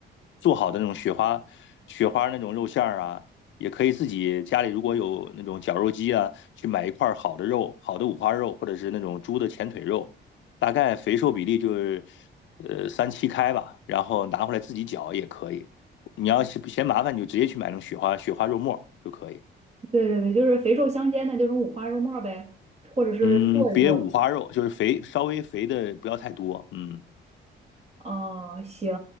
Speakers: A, on the left; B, on the right.
A: 做好的那种雪花雪花那种肉馅儿啊，也可以自己家里如果有那种绞肉机啊，去买一块儿好的肉，好的五花肉或者是那种猪的前腿肉。大概肥瘦比例就是呃三七开吧，然后拿回来自己搅也可以。你要是嫌麻烦，你就直接去买那种雪花雪花肉末就可以。
B: 对对对，就是肥瘦相间的这种五花肉末呗，或者是剁一剁呗。
A: 嗯，别五花肉，就是肥稍微肥的不要太多。嗯
B: 哦，行。